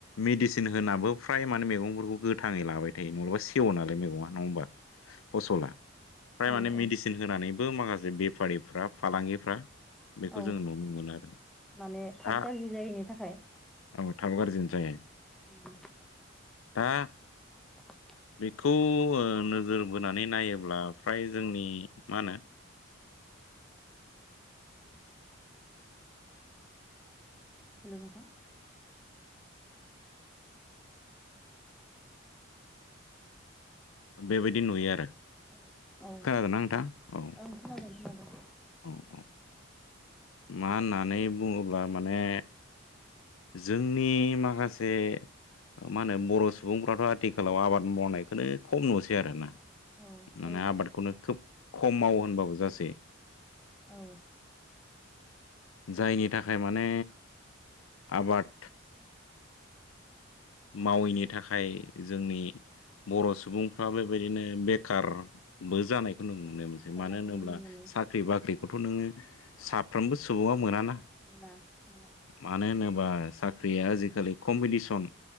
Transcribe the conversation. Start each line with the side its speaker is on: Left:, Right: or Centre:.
Left: मेडिसिन होनाबो फ्राय माने मैगंफोरखौ गोथाङै। लाबाय थायो नङालाबा सेव नालाय मैगङा नङा होमबा फसला।
Centre: औ
Left: फ्राय
Centre: औ
Left: माने मेडिसिन
Centre: औ
Left: होनानैबो माखासे बेफारिफ्रा फालांगिफ्रा। बेखौ
Centre: औ
Left: जोङो नुनो मोनो आरो
Centre: माने थाब
Left: दा
Centre: गाज्रि जायैनि थाखाय।
Left: औ थाब गाज्रिनो जायो।
Centre: उम <inaudible>
Left: दा
Centre: <inaudible>
Left: बेखौ नोजोर बोनानै नायोब्ला फ्राय जोंनि मा होनो।
Centre: <inaudible> हेलौ नोंथां।
Left: बेबायदि नुयो।
Centre: औ औ
Left: खोनादोंना नोंथां औ
Centre: ओं खोनादों खोनादों।
Left: <inaudible> मा होननानै बुङोब्ला माने। जोंनि माखासे मा होनो बर' सुबुंफ्राथ' आथिखालाव आबाद मावनायखौनो खम नुसै आरोना।
Centre: औ
Left: माने
Centre: औ
Left: आबादखौनो खोब खम मावावो होनबाबो जासै।
Centre: औ
Left: जायनि थाखाय माने आबाद मावैनि थाखाय जोंनि बर' सुबुंफ्रा बेबायदिनो बेखार बो जानायखौ नों मो नसै
Centre: जानायखौ
Left: मानो होन्ला
Centre: नुनो मोनो
Left: साख्रि बाख्रिखौथ' नोङो साफ्रोमबो सुबुङा मोना ना।
Centre: मोना मोना
Left: मानो होनोबा साख्रिया आजिखालि कम्पिटिसन